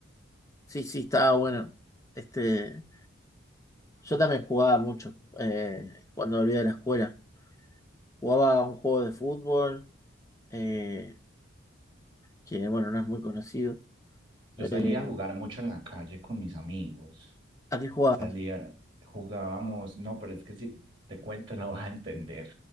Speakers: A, on the left; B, on the right.
A: Sí, sí, estaba bueno. Este, yo también jugaba mucho eh, cuando volvía de la escuela. Jugaba un juego de fútbol, eh, que bueno, no es muy conocido.
B: Yo salía
A: Eh,
B: a jugar mucho en la calle con mis amigos.
A: ¿a qué jugaba?
B: Salía, jugábamos, no, pero es que si te cuento no <laughs> vas a entender.